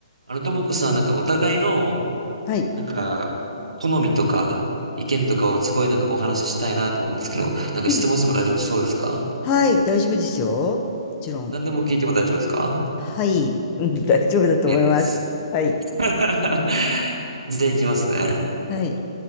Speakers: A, on the right; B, on the left.
A: あの、ともこさん、なんかお互いの、
B: はい。
A: なんか、好みとか、意見とかをすごいなんかお話ししたいなと思うんですけど、なんか質問しても大丈夫そうですか
B: うん。はい、大丈夫ですよ。もちろん。
A: 何でも聞いても大丈夫ですか
B: はい。うん、<laughs> 大丈夫だと思います。
A: いやです。
B: はい。
A: <laughs> じゃあいきますね。
B: はい。